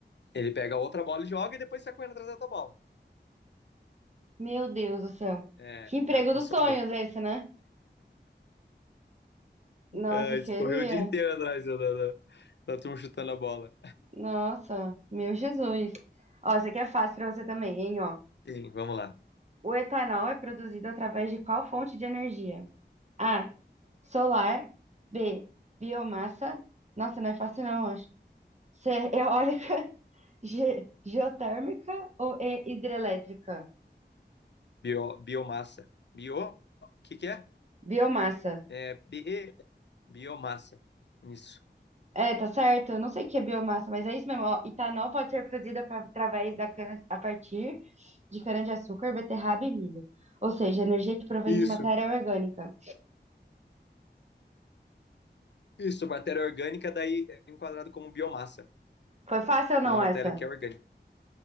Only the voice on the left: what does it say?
ele pega outra bola e joga e depois sai correndo atrás da tua bola.
É,
é a função
dele.
É, ele
correu o dia inteiro atrás da, da, da da turma chutando a bola.
Sim, vamos lá.
Bio, biomassa. Bio, o que que é?
É, bi, biomassa. Isso.
Isso,
Isso, matéria orgânica daí é enquadrado como biomassa.
Toda
matéria
que é orgânica.